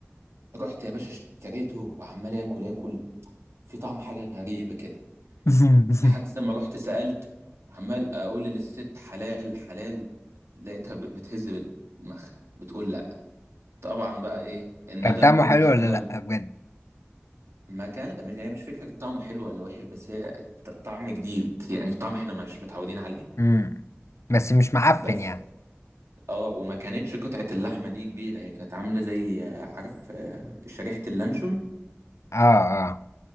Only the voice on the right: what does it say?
رحت يا باشا اشتريته وعمال اكل اكل في طعم حاجه غريبه كده
لحد لما رحت سالت عمال اقول للست حلال حلال لقيتها ب- بتهز بدماغها بتقول لا طبعا بقى ايه الندم
كله
اشتغل
ما كان مش هي مش فكره طعمه حلو ولا وحش بس هي ط- طعم جديد يعني طعم احنا مش متعودين عليه
بس
اه وما كانتش قطعه اللحمه دي كبيره هي كانت عامله زي آه، عارف آه، شريحه اللانشون